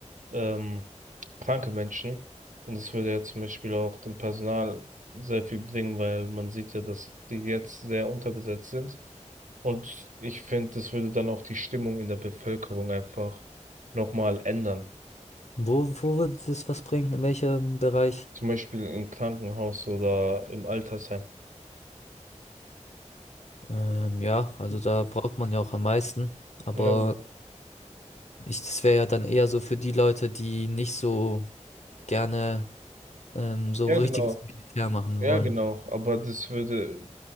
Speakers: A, on the right; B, on the left.
A: ähm, kranke Menschen. Und das würde ja zum Beispiel auch dem Personal sehr viel bringen, weil man sieht ja, dass die jetzt sehr unterbesetzt sind. Und ich finde, das würde dann auch die Stimmung in der Bevölkerung einfach nochmal ändern.
B: Wo, wo würde das was bringen? In welchem Bereich?
A: Zum Beispiel im Krankenhaus oder im Altersheim.
B: Ähm, ja, also da braucht man ja auch am meisten. Aber
A: Ja, genau.
B: ich, das wäre ja dann eher so für die Leute, die nicht so gerne ähm, so
A: Ja,
B: richtiges
A: genau.
B: Militär machen
A: Ja,
B: wollen.
A: genau, aber das würde,